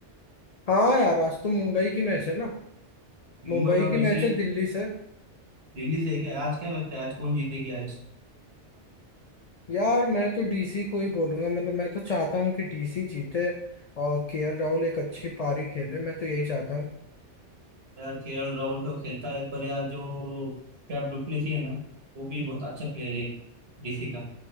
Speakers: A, on the left; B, on the right.
A: हाँ यार आज तो मुंबई की मैच है ना
B: मुंबई
A: मुंबई
B: और दूसरी
A: की मैच है दिल्ली से
B: दिल्ली से है क्या आज क्या लगता है आज कौन जीतेगी आज
A: यार मैं तो डीसी को ही बोलूंगा मतलब मैं तो चाहता हूँ कि डीसी जीते और केएल राहुल एक अच्छी पारी खेले मैं तो यही चाहता हूँ
B: यार केएल राहुल तो खेलता है पर यार जो कैप डुप्लेसी है ना वो भी बहुत अच्छा प्लेयर है डीसी का